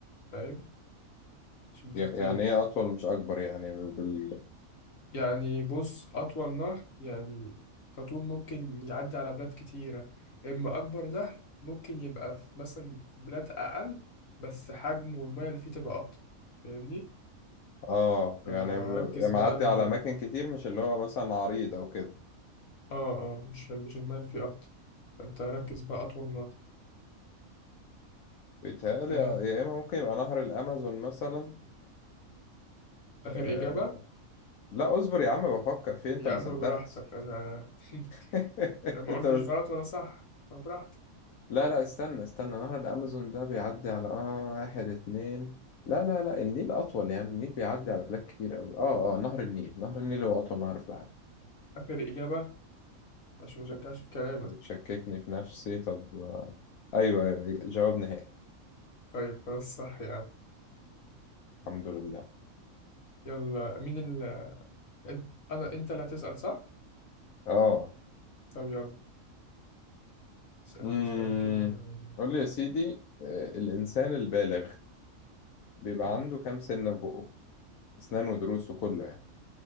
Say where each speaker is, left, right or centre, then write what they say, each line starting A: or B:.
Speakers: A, on the left; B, on the left.
A: فاهم عشان بتختلف
B: ي- يعني إيه أطول مش أكبر يعني بال
A: يعني بص أطول نهر يعني كطول ممكن يعدي على بلاد كتيرة إما أكبر نهر ممكن يبقى في مثلا في بلاد أقل بس حجمه والمية اللي فيه تبقى أكتر فاهمني؟
B: آه
A: فركز
B: يعني ب- يعني
A: بقى
B: معدي
A: ال
B: على أماكن كتير مش اللي هو مثلا عريض أو كده
A: آه آه مش مش المية اللي فيه أكتر فأنت ركز بقى أطول نهر
B: بيتهيألي
A: آه.
B: يا إما ممكن يبقى نهر الأمازون مثلا
A: آخر
B: آه...
A: إجابة
B: لا اصبر يا عم بفكر فيه أنت
A: يا
B: ما
A: عم
B: صدقت
A: براحتك أنا
B: <laughs>
A: <laughs> ما
B: أنت
A: قلتش غلط ولا صح فبراحتك
B: لا لا استنى استنى نهر الأمازون ده بيعدي على آه واحد اتنين لا لا لا النيل أطول يعني النيل بيعدي على بلاد كتير أوي آه آه نهر النيل نهر النيل هو أطول نهر في العالم
A: آخر إجابة عشان ما
B: شوف
A: ترجعش في كلامك
B: بتشككني في نفسي طب آه، أيوه أيوه جواب نهائي
A: طيب خلاص صح يا عم
B: الحمد لله
A: يلا مين أنت- انا انت اللي هتسأل صح؟
B: آه
A: طب يلا اسألني
B: امم
A: سؤال كده
B: قول لي يا سيدي آه، الإنسان البالغ بيبقى
A: مم.
B: عنده كام سنة في بقه أسنان ودروس وكله يعني